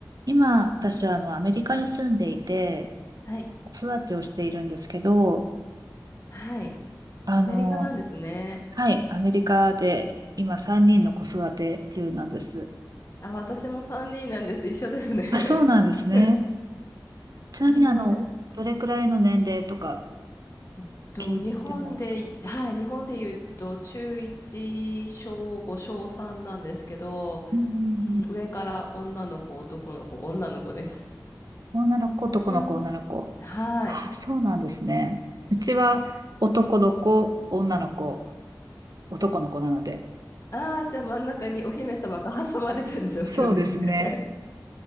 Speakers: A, on the right; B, on the left.
A: 今、私はあの、アメリカに住んでいて、
B: はい。
A: 子育てをしているんですけど、
B: はい。
A: あの、
B: アメリカなんですね。
A: はい、アメリカで今3人の子育て中なんです。
B: あ、私も3人なんです。一緒ですね。
A: あ、そうなんですね。
B: <laughs>
A: ちなみにあの、
B: はい。
A: どれくらいの年齢とか
B: えっと、
A: 聞いても、
B: 日本で、はい、日本で言うと、中1、小5、小3なんですけど、
A: うんうん
B: うん、
A: うん
B: 上から女の子、男の子、女の子です。
A: 女の子、男の子、
B: うん。
A: 女の子。
B: <laughs> はい。
A: あ、そうなんですね。うちは男の子、女の子、男の子なので。
B: ああー、じゃあ真ん中にお姫様が <laughs> 挟まれてる状況ですね。
A: そうですね。
B: <laughs>